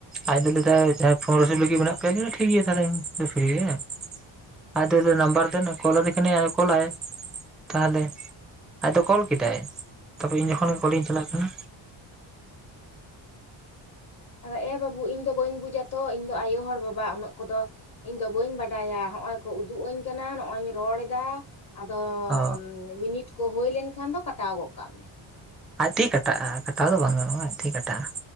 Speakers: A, in the centre; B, on the left.
A: ᱟᱡ ᱫᱚᱞᱮ ᱡᱟᱦᱟᱭ ᱯᱷᱳᱱᱨᱤᱥᱤᱵ ᱞᱟᱜᱤᱫ ᱢᱮᱱᱟᱜ ᱯᱮ ᱴᱷᱤᱠ ᱜᱮᱭᱟ ᱛᱟᱦᱟᱞᱮ ᱯᱷᱤᱨᱤ ᱜᱮᱭᱟ ᱟᱡ ᱫᱚ ᱱᱟᱢᱵᱟᱨ ᱫᱮᱱ ᱠᱚᱞᱟᱫᱤᱱ ᱠᱷᱟᱱᱤ ᱠᱚᱞᱟᱭ ᱛᱟᱦᱚᱞᱮ ᱟᱡ ᱫᱚ ᱠᱚᱞ ᱠᱮᱫᱟᱭ ᱛᱟᱵᱮ ᱤᱧ
B: ᱦᱮᱸ
A: ᱡᱚᱠᱷᱚᱱ ᱠᱚᱞᱤᱧ ᱪᱟᱞᱟᱜ ᱠᱟᱱᱟ
B: ᱟᱫᱚ ᱮ ᱵᱟᱹᱵᱩ ᱤᱧ ᱫᱚ ᱵᱟᱹᱧ ᱵᱩᱡᱟ ᱛᱚ ᱤᱧ ᱫᱚ ᱟᱭᱳ ᱦᱚᱲ ᱵᱟᱵᱟ ᱩᱱᱟᱹᱜ ᱠᱚᱫᱚ ᱤᱧ ᱫᱚ ᱵᱟᱹᱧ ᱵᱟᱰᱟᱭᱟ ᱦᱚᱜ ᱚᱭ ᱠᱚ ᱩᱫᱩᱜ ᱟᱹᱧ ᱠᱟᱱᱟ ᱱᱚᱜᱼᱚᱭ ᱤᱧ ᱨᱚᱲ ᱫᱟ᱾ ᱟᱫᱚ
A: ᱚ
B: ᱢᱤᱱᱤᱴ ᱠᱚ ᱦᱳᱭ ᱞᱮᱱᱠᱷᱟᱱ ᱫᱚ ᱠᱟᱴᱟᱣ ᱜᱚᱫ ᱠᱟᱜ ᱢᱮ᱾
A: ᱟᱡ ᱛᱮᱜᱮ ᱠᱟᱴᱟᱜᱼᱟ ᱠᱟᱴᱟᱣ ᱫᱚ ᱵᱟᱝ ᱜᱟᱱᱚᱜᱼᱟ ᱟᱡ ᱛᱮᱜᱮ ᱠᱟᱴᱟᱜᱼᱟ᱾